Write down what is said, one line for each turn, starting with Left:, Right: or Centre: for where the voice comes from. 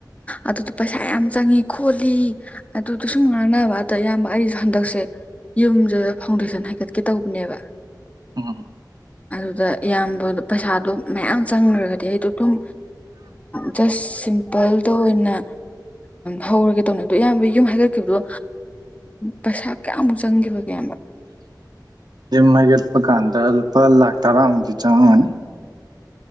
Left: ꯑꯗꯨꯗꯣ ꯄꯩꯁꯥ ꯌꯥꯝ ꯆꯪꯉꯤ ꯈꯣꯠꯂꯤ ꯑꯗꯨꯗ ꯁꯨꯝ ꯉꯥꯡꯅꯕ ꯑꯗ ꯑꯌꯥꯝꯕ ꯑꯩꯁꯨ ꯍꯟꯗꯛꯁꯦ ꯌꯨꯝꯗꯨꯗ ꯐꯥꯎꯟꯗꯦꯁꯟ ꯍꯥꯏꯒꯠꯀꯦ ꯇꯧꯕꯅꯦꯕ
Right: ꯎꯝ
Left: ꯑꯗꯨꯗ ꯏꯌꯥꯝꯕ ꯄꯩꯁꯥꯗꯣ ꯃꯌꯥꯝ ꯆꯪꯈ꯭ꯔꯒꯗꯤ ꯑꯩꯗꯣ ꯑꯗꯨꯝ ꯁ ꯁꯤꯝꯄꯜꯗ ꯑꯣꯏꯅ ꯍꯧꯔꯒꯦ ꯇꯧꯅꯤ ꯑꯗꯣ ꯏꯌꯥꯝꯕ ꯌꯨꯝ ꯍꯥꯏꯗꯠꯈꯤꯕꯗꯣ ꯄꯩꯁꯥ ꯀꯌꯥꯃꯨꯛ ꯆꯪꯈꯤꯕꯒꯦ ꯑꯌꯥꯝꯕ
Right: ꯃꯩꯒꯦꯠ ꯄꯀꯥꯟꯗ ꯑꯄꯥ ꯂꯥꯛꯇꯥꯔꯥꯎꯗ ꯆꯅꯤ